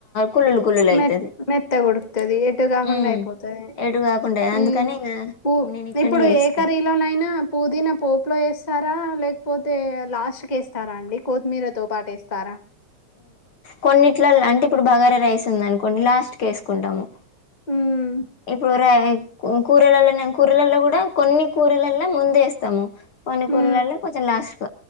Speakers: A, on the left; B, on the left.
A: కుల్లులు కుల్లులు అయితది
B: మె మెత్త కొడుకుతుది ఎటు కాకుండా
A: మ్మ్
B: అయిపోతుది
A: ఎటు కాకుండా అందుకని
B: ఈ
A: ఇంగ
B: పూ
A: నేను ఇట్లనే
B: ఇప్పుడు
A: చేస్తా
B: ఏ కరీలోనైనా పుదీనా పోపులో వేస్త ఇస్తారా లేకపోతే లాస్ట్ క వేస్తారా అండి కొత్తిమీర తో పాటు వేస్తారా
A: కొన్నిట్ల అంటే ఇప్పుడు బగారా రైస్ ఉంద అనుకోండి లాస్ట్ క వేసుకుంటాము
B: హమ్
A: ఇప్పుడు కూరలలో కూరలలో కూడా కొన్ని కూరలలో ముంద వేస్తాము కొన్ని కూరలలో
B: ఉమ్
A: కొంచెం లాస్ట్ఫ